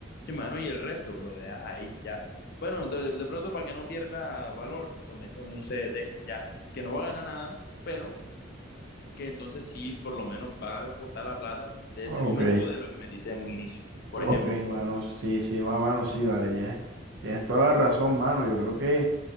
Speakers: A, on the left; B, on the right.
A: sí, mano, y el resto lo dejas ahí, ya. Bueno, entonces, de pronto, para que no pierda valor, lo metes en un CDT, ya, que no va a ganar nada pero que entonces sí, por lo menos va a costar la plata de
B: ok,
A: ese momento de lo que metiste en un inicio, por
B: ok,
A: ejemplo.
B: mano, sí, sí, ma- mano, sí, vale, tienes, tienes toda la razón, mano. Yo creo que,